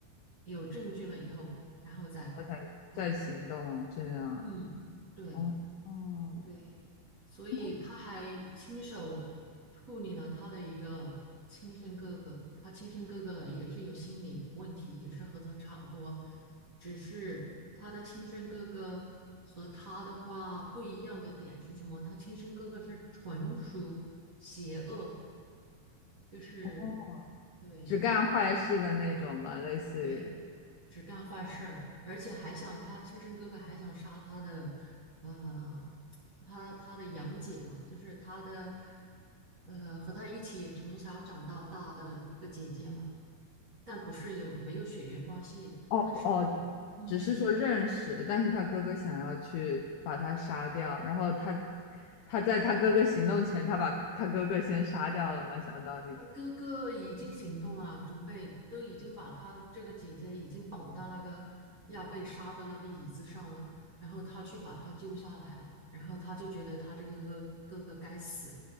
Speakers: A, on the right (about 35°); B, on the left (about 75°).
A: 有证据了以后，然后再，
B: 他才在行动，
A: 嗯
B: 这样，
A: 嗯，对。
B: 哦，哦，
A: 对，所以他还亲手处理了他的一个亲生哥哥，
B: 那太
A: 他亲生哥哥也是有心理问题，也是和他差不多，只是他的亲生哥哥和他的话不一样的点是什么？他亲生哥哥是纯属邪恶，就是
B: 好了，
A: 对
B: 只干坏事的那种嘛，类似于，
A: 对。只干坏事儿，而且还想他亲生哥哥还想杀他的，呃，他他的养姐嘛，就是他的，呃，和他一起从小长到大的一个姐姐嘛，但不是有没有血缘关系，
B: 哦哦，
A: 但是比嗯，
B: 只是说认识，但是他哥哥想要去把他杀掉，然后他他在他哥哥行动前，他把他哥哥先杀掉了嘛，相当于，
A: 他哥哥已经行动了，准备都已经把他这个姐姐已经绑到那个要被杀的那个椅子上了，然后他去把他救下来了，然后他就觉得他这个哥哥哥哥该死。